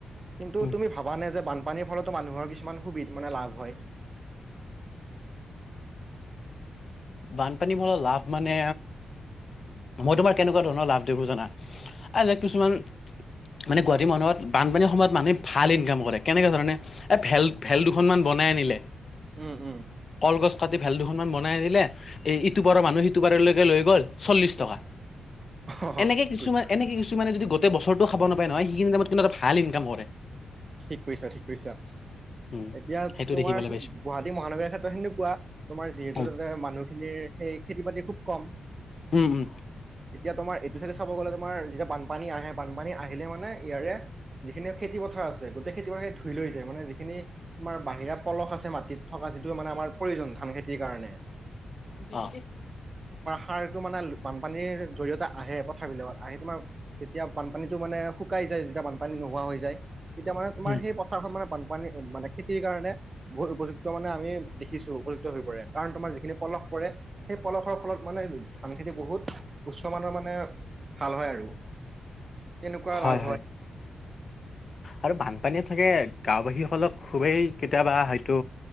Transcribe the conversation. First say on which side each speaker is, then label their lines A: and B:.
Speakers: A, on the right; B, on the left.
A: কিন্তু,
B: হুম,
A: তুমি ভাবা নে যে বানপানী পানীৰ ফলতো মানুহৰ কিছুমান সুবিধা মানে, লাভ হয়।
B: বানপানী <unintelligible> লাভ মানে মই তোমাৰ কেনেকুৱা ধৰণৰ লাভ দিব জানা এনে, কিছুমান মানে, গুৱাহাটী মানুহত বানপানীৰ সময়ত মানুহে ভাল ইনকাম কৰে, কেনেকে ধৰণে, এ, ভেল, ভেল দুখনমান বনাই বনাই আনিলে
A: উম, উম,
B: কল গছ কাটি ভেল দুখন মান বনাই আনিলে। এই ইটোপাৰৰ মানুহ সিটোপাৰলৈকে লৈ গ'ল চল্লিশ টকা।
A: অ',
B: এনেকে
A: ঠিক
B: কিছুমান
A: কৈছা,
B: এনেকে কিছুমানে যদি গোটেই বছৰটোও খাব নাপায় নহয়। সেইখিনি টাইমত কিন্তু এটা ভাল ইনকাম কৰে।
A: ঠিক কৰিছা ঠিক কৰিছা।
B: উম,
A: এতিয়া
B: সেইটো
A: তোমাৰ
B: দেখিবলৈ পাইছো
A: গুৱাহাটী মহানগৰ ক্ষেত্ৰত সেনেকুৱা তোমাৰ যিহেতু
B: উম,
A: তাতে মানুহ সেইপিনে খেতি বাতি খুব কম
B: উম, উম,
A: এতিয়া তোমাৰ। পিছতে চাব গ'লে তোমাৰ যেতিয়া বানপানী আহে, বানপানী আহিলে মানে ইয়াৰে যিখিনিয় খেতি পথাৰ আছে। গোটেই খেতি পথাৰ‌ ধুই লৈ যায়। মানে, যিখিনি তোমাৰ বাহিৰা পলস আছে। মাটিত থকা যিটো মানে, আমাৰ প্ৰয়োজন থাকে। ধান খেতিৰ কাৰণে।
B: অ'!
A: পথাৰটো মানে, বানপানীৰ জৰিয়তে আহে, পথাৰবিলাকত। আহি তোমাৰ, যেতিয়া বানপানীটো মানে, শুকাই যায়। যেতিয়া, বানপানী নোহোৱা হৈ যায়। তেতিয়া মানে, তোমাৰ
B: উম।
A: সেই পথাৰখন মানে, বানপানীৰ মানে, খেতিৰ কাৰণে, বহুত উপযুক্ত মানে, আমি দেখিছোঁ, উপযুক্ত হৈ পৰে। কাৰণ, তোমাৰ যিখিনি পলশ পৰে সেই পলসৰ ফলত মানে ধান খেতি বহুত। উচ্চ মানৰ মানে ভাল হয় আৰু। তেনেকুৱা
B: হয়
A: লাভ
B: হয়। আৰু বানপানীত থাকে গাঁওবাসীসকলক খুবেই কেতিয়াবা হয়তো